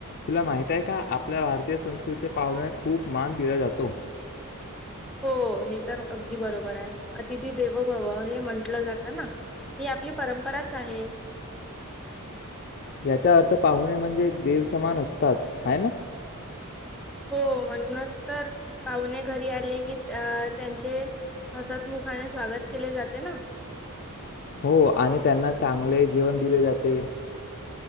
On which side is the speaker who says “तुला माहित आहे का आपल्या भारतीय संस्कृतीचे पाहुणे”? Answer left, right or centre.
Left